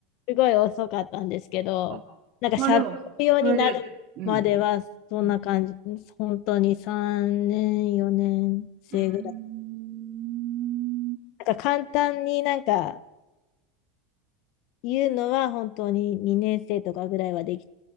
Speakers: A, on the left (about 55°); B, on the right (about 45°).
A: すごい遅かったんですけど、
B: あ、
A: なんか喋るようになるまではそんな感じ、
B: まあでも、それで、うん。うん
A: 本当に3年、4年生ぐらい。
B: うーん。
A: なんか簡単になんか言うのは本当に2年生とかぐらいはでき